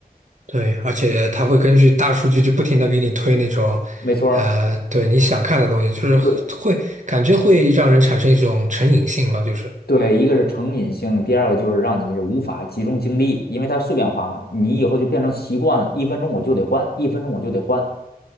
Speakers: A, on the right; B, on the left.
A: 对，而且他会根据大数据就不停的给你推那种，
B: 没错儿，
A: 呃，对你想看的东西，就是会感觉会让人产生一种成瘾性吧，
B: 对
A: 就是。
B: 对，一个是成瘾性，第二个就是让你无法集中精力，因为它碎片化嘛，你以后就变成习惯了，一分钟我就得换，一分钟我就得换。